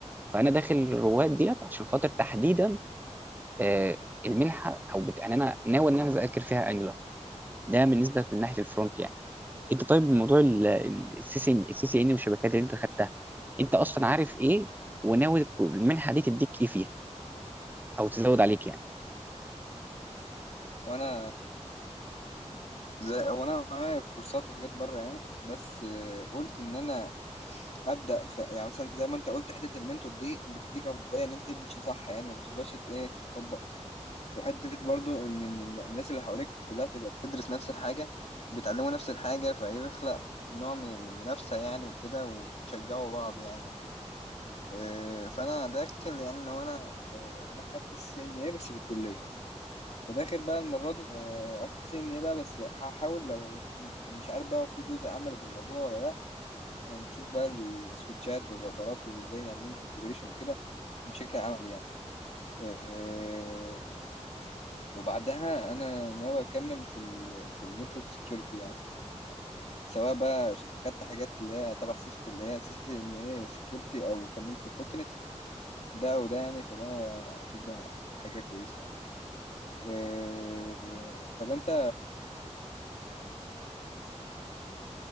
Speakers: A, on the right; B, on the left.
A: فانا داخل الرواد ديت عشان خاطر تحديدا آه، المنحه او بت... يعني انا ناوي ان انا اذاكر فيها انجلر ده بالنسبه من ناحيه الفرونت يعني انت طيب موضوع السي سي السي سي ان والشبكات اللي انت خدتها انت اصلا عارف ايه وناوي المنحه دي تديك ايه فيها او تزود عليك يعني
B: وانا زي هو انا معايا كورسات وحاجات بره يعني بس آه، قلت ان انا ابدا ف... يعني مثلا زي ما انت قلت حته المنتور دي بتديك افضليه ان انت تمشي صح يعني وما تفضلش ت- ايه تخبط وحته برضو ان إن- إن الناس اللي حواليك كلها تبقى بتدرس نفس الحاجه بيتعلموا نفس الحاجه فيخلق نوع من المنافسه يعني وكده وتشجعوا بعض يعني وكده إيه، فانا داخل لان هو انا إيه، انا خدت السي ان ايه بس في الكليه فداخل بقى المره دي إيه، اخد سي ان ايه بقى بس هحاول لو مش عارف بقى هو في جزء عملي في الموضوع ولا لا هنشوف بقى السويتشات والراوترات وازاي نعمل لهم كونفجريشن وكده بشكل عملي يعني آه، وبعدها انا ناوي اكمل في ال في النتورك سكيورتي يعني سواء بقى ش- خدت حاجات اللي هي تبع سيسكو اللي هي سي سي ان اي سكيورتي او كملت فورتنت ده وده يعني فده هتبقى حاجة كويسة يعني آه، طب انت